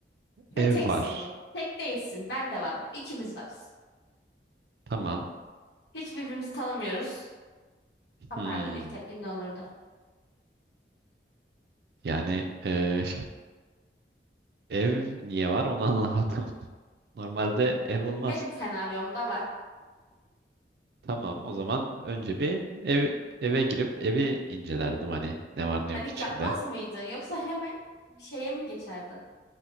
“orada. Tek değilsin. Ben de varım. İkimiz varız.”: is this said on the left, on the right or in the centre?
Left